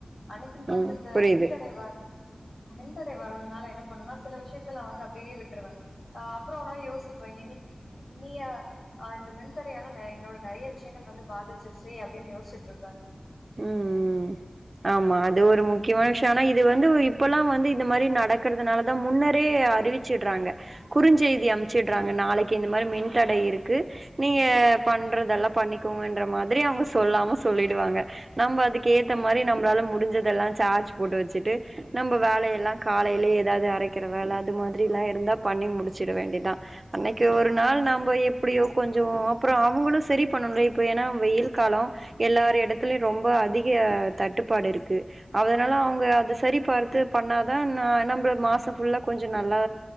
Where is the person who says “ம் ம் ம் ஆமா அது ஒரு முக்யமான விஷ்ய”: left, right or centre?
Right